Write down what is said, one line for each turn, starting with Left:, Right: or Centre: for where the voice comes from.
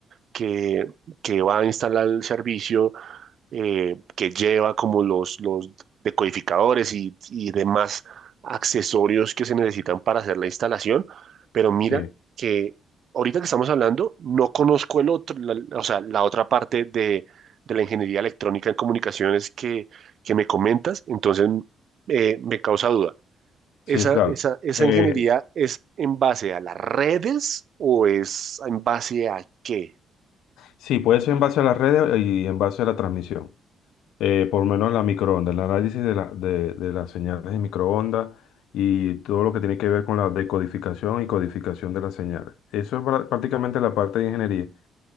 Right: que, que va a instalar el servicio eh, que lleva como los, los decodificadores y, y demás accesorios que se necesitan para hacer la instalación. Pero mira
Left: Sí,
Right: que ahorita que estamos hablando, no conozco el otro, la- o sea, la otra parte de, de la ingeniería electrónica en comunicaciones que, que me comentas, entonces eh, me causa duda.
Left: sí,
Right: ¿Esa,
Left: claro.
Right: esa, esa
Left: Eh,
Right: ingeniería es en base a las redes o es en base a qué?
Left: Sí, puede ser en base a las redes y en base a la transmisión. eh, por lo menos la microondas, el análisis de, la- de, de las señales de microondas y todo lo que tiene que ver con la decodificación y codificación de las señales. Eso es pra- prácticamente la parte de ingeniería.